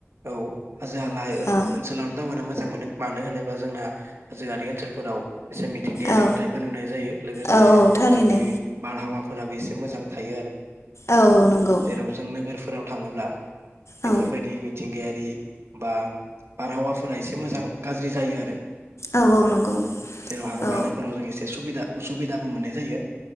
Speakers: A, on the right; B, on the left.
A: औ हाजो हाला
B: औ
A: ओनसोलावनो दावबायना मोजां मोजां मोनो मानो होनोबा जोंना हाजोआारि ओनसोलफोराव एसे मिथिंगायारि
B: औ
A: नुथायबो नुनाय जायो लोगोसे
B: औ औ थारैनो
A: जोंनि बारहावा फोराबो एसे मोजां थायो आरो।
B: औ औ नंगौ
A: जेराव जों नोगोरफोराव थाङोब्ला बेफोरबायदि
B: औ
A: मिथिंगायारि बा बारहावाफोरा एसे मोजां गाज्रि जायो आरो।
B: औ नंगौ
A: औ जेराव हां
B: औ
A: लानायफोराव जों एसे सुबिदा उसुबिदाबो मोननाय जायो।